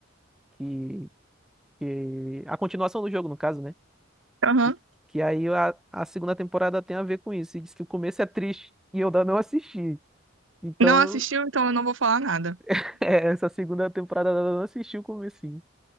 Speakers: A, in the centre; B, on the right (about 75°).
A: que, que... a continuação do jogo, no caso, né?
B: Aham.
A: E- que aí a, a segunda temporada tem a ver com isso. E diz que o começo é triste e eu ainda não assisti. Então,
B: Não assistiu, então eu não vou falar nada.
A: <laughs> é, essa segunda temporada eu ainda não assisti o comecinho.